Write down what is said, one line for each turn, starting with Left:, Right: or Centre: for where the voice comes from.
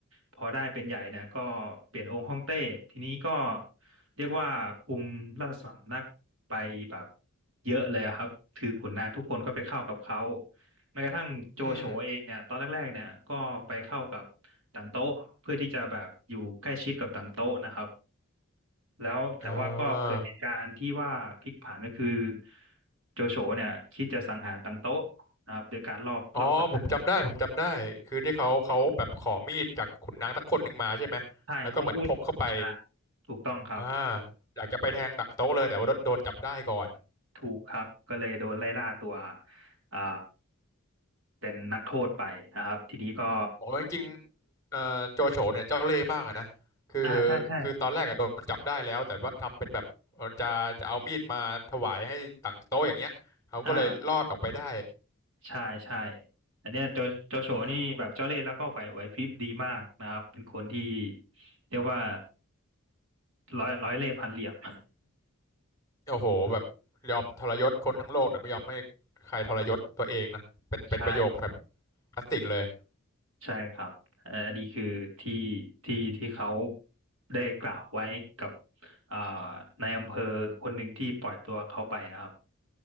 Right: พอได้เป็นใหญ่เนี่ยก็เปลี่ยนองค์ฮ่องเต้ทีนี้ก็เรียกว่าคุมราชสำนักไปแบบเยอะเลยอะครับคือขุนนางทุกคนก็ไปเข้ากับเขา แม้กระทั่งโจโฉเองเนี่ยตอนแรกๆเนี่ยก็ไปเข้ากับ
Left: อืม
Right: ต่างโต๊ะเพื่อที่จะแบบอยู่ใกล้ชิดกับต่างโต๊ะนะครับแล้วแต่ว่าก็เกิดเหตุการณ์ที่ว่าพลิกผันก็คือ
Left: เออ
Right: โจโฉเนี่ยคิดจะสังหารต่างโต๊ะนะครับโดยการรอบรอบสังหาร
Left: อ๋อผมจำได้ผมจำได้คือที่เขาเขาแบบขอมีดจากขุนนางสักคนหนึ่งมาใช่ไหมแล้วก็เหมือนพกเข้าไป
Right: ใช่อ้องอุ่นใชาถูกต้องครับ
Left: อ่าอยากจะไปแทงตั้งโต๊ะเลยแต่ว่าโดนจับได้ก่อน
Right: ถูกครับก็เลยโดนไล่ล่าตัวอ่าเป็นนักโทษไปนะครับทีนี้ก็
Left: โอ้ยจริงๆเอ่อโจโฉเนี่ยเจ้าเล่ห์มากอะนะคือ
Right: อ่าใช่ใช่
Left: คือตอนแรกอะโดนจับได้แล้วแต่ว่าทำเป็นแบบเอ่อจะจะเอามีดมาถวายให้ต่างโต๊ะอย่างเงี้ยเขาก็เลยรอดออกไปได้
Right: อ่า ใช่ใช่ อันเนี้ยโจโจโฉนี่แบบเจ้าเล่ห์แล้วก็ไหวไหวพริบดีมากนะครับ
Left: อ่า
Right: เป็นคนที่เรียกว่าร้อยร้อยเล่ห์พันเหลี่ยม
Left: โอ้โหแบบยอมทรยศคนทั้งโลกแต่ไม่ยอมให้ใครทรยศตัวเองนะเป็นเป็นประโยคแบบ
Right: <laughs> ใช่
Left: คลาสสิกเลย
Right: ใช่ครับเอ่ออันนี้คือที่ที่ที่เขาได้กล่าวไว้กับอ่าในายอำเภอคนหนึ่งที่ปล่อยตัวเขาไปอะครับ